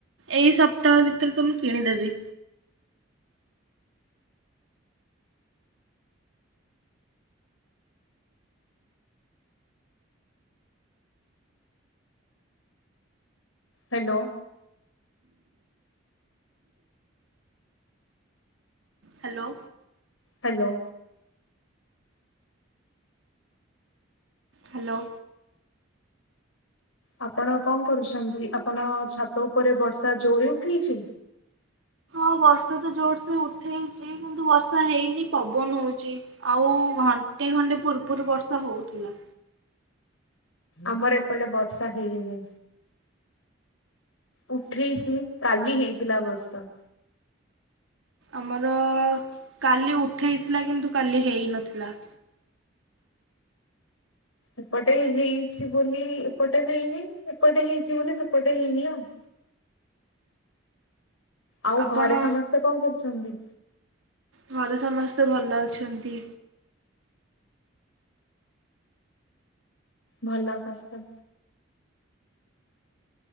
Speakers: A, on the right; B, on the left.
A: ଏଇ ସପ୍ତାହ ଭିତରେ ତ ମୁଁ କିଣିଦେବି।
B: ହାଲୋ।
A: ହାଲୋ।
B: ହାଲୋ।
A: ହାଲୋ।
B: ଆପଣ କଣ କରୁଛନ୍ତି ଆପଣ ଛାତ ଉପରେ ବର୍ଷା ଜୋରେ ଉଠେଇଛି?
A: ହଁ ବର୍ଷା ତ ଜୋରସ ଉଠେଇଚି କିନ୍ତୁ ବର୍ଷା ହେଇନି ପବନ ହଉଚି। ଆଉ ଘଣ୍ଟେ ଖଣ୍ଡେ ପୂର୍ବରୁ ବର୍ଷା ହଉଥିଲା।
B: ଆମର ଏପଟେ ବର୍ଷା ହେଇନି। ଉଠେଇ ଚି କାଲି ହେଇଥିଲା ବର୍ଷା।
A: ଆମର କାଲି ଉଠେଇଥିଲା କିନ୍ତୁ କାଲି ହେନଥିଲା।
B: ଏପଟେ ହେଇଛି ବୋଲି ଏପଟେ ହେଇନି ଏପଟେ ହେଇଛି ବୋଲି ସେପଟେ ହେଇନି ଆଉ। ଆଉ
A: ଆପଣ
B: ଘରେ ସମସ୍ତେ କଣ କରୁଛନ୍ତି?
A: ଘରେ ସମସ୍ତେ ଭଲ ଅଛନ୍ତି।
B: ଭଲ ପସ୍।